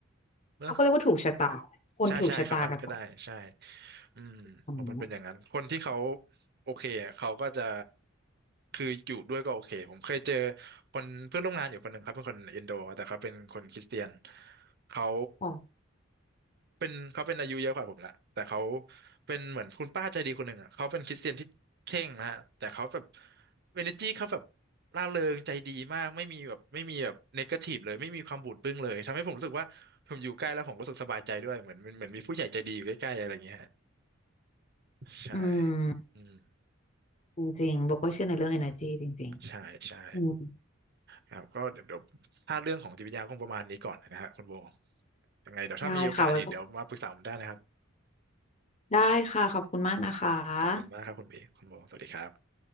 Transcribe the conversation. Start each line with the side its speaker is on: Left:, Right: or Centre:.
Right: นะ
Left: เขาก็เรียกว่าถูกชะตาคนถูกชะตากับคน
Right: ใช่ใช่คำนั้นก็ได้ใช่อืมผมมันเป็นอย่างนั้นคนที่เขา
Left: ทำ
Right: โอเคอะเขาก็จะคืออยู่ด้วยก็โอเคผมเคยเจอคนเพื่อนร่วมงานอยู่คนหนึ่งครับเป็นคนอินโดแต่เขาเป็นคนคริสเตียนเขา
Left: ค่ะ
Right: เป็นเขาเป็นอายุเยอะกว่าผมละแต่เขาเป็นเหมือนคุณป้าใจดีคนหนึ่งอ่ะเขาเป็นคริสเตียนที่เคร่งนะฮะแต่เขาแบบเอเนอร์จีเขาแบบร่าเริงใจดีมากไม่มีแบบไม่มีแบบเนกาทีฟเลยไม่มีความบูดบึ้งเลยทำให้ผมรู้สึกว่าผมอยู่ใกล้แล้วผมรู้สึกสบายใจด้วยเหมือนเหมือนเหมือนมีผู้ใหญ่ใจดีอยู่ใกล้ๆอะไรอย่างเงี้ยฮะใช่
Left: อืม
Right: อืม
Left: จริงๆโบก็เชื่อในเรื่อง energy จริง
Right: ใช่ใช่
Left: ๆอืม
Right: ครับก็เดี๋ยวเดี๋ยวถ้าเรื่องของจิตวิทยาคงประมาณนี้ก่อนนะฮะคุณโบยังไงเดี๋ยวถ้ามีโอกาสอีกเดี๋ยวมาปรึกษาผมได้นะครับ
Left: ได้ค่ะไว้พบได้ค่ะขอบคุณมากนะคะ
Right: ขอบคุณมากครับคุณบีคุณโบสวัสดีครับ